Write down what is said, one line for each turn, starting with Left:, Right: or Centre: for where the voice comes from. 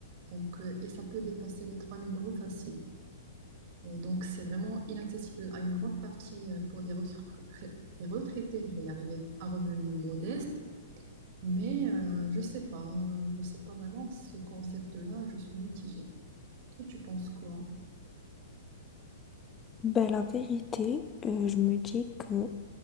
Right: Donc, euh, et ça peut dépasser les 3000 euros facile. Et donc, c'est vraiment inaccessible à une grande partie euh, pour des, retra- des retraités, je vais y arriver, à revenus modestes. Mais euh, je sais pas, je sais pas vraiment ce concept-là, je suis mitigée. Toi, tu penses quoi?
Left: Ben, la vérité, euh, je me dis que